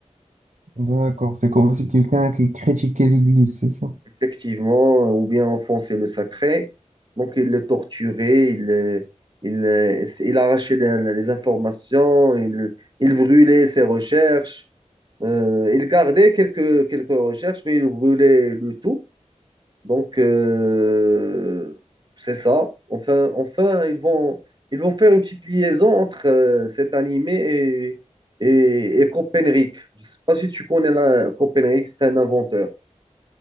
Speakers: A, on the right (about 80°); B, on the right (about 40°).
A: D'accord, c'est comme si quelqu'un qui critiquait l'Église, c'est ça.
B: Effectivement, euh, ou bien enfoncer le sacré. Donc, il le torturait, il, euh, il, euh, il arrachait les, les informations, il, il brûlait ses recherches. Euh, il gardait quelques, quelques recherches, mais il brûlait le tout. Donc, euh, c'est ça. Enfin, enfin ils vont, ils vont faire une petite liaison entre euh, cet animé et, et, et Copernic. Je ne sais pas si tu connais la, Copernic, c'est un inventeur.